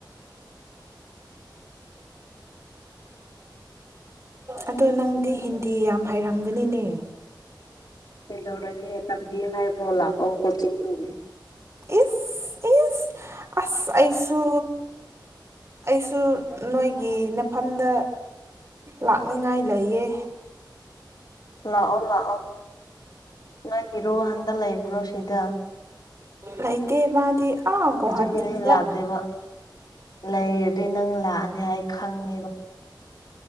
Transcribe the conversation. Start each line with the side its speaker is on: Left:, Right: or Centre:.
Left: <unintelligible>
Right: ꯑꯗꯣ ꯅꯪꯗꯤ ꯍꯤꯟꯗꯤ ꯌꯥꯝ ꯍꯥꯏꯩꯔꯝꯒꯅꯤꯅꯦ
Left: ꯀꯩꯗꯧꯔꯒꯦ ꯇꯝꯕꯤꯌꯨ ꯍꯥꯏꯕ꯭ꯔꯣ ꯂꯥꯛꯑꯣ ꯀꯣꯆꯤꯡ ꯇꯧꯕꯒ
Right: ꯏ ꯏ ꯑꯁ ꯑꯩꯁꯨ ꯑꯩꯁꯨ ꯅꯣꯏꯒꯤ ꯅꯐꯝꯗ ꯂꯥꯛꯅꯤꯡꯉꯥꯏ ꯂꯩꯌꯦ
Left: ꯂꯥꯛꯑꯣ ꯂꯥꯛꯑꯣ ꯅꯣꯏ ꯍꯤꯔꯨ ꯍꯟꯗ ꯂꯩꯕ꯭ꯔꯣ ꯁꯤꯗ
Right: ꯂꯩꯇꯦ ꯃꯥꯗꯤ ꯑꯥ ꯒꯨꯍꯥꯇꯤꯗ
Left: ꯑꯗꯨꯒꯤꯅꯦ ꯂꯥꯛꯇꯦꯕ ꯂꯩꯔꯗꯤ ꯅꯪ ꯂꯥꯛꯑꯅꯤ ꯍꯥꯏ ꯈꯪꯉꯦꯕ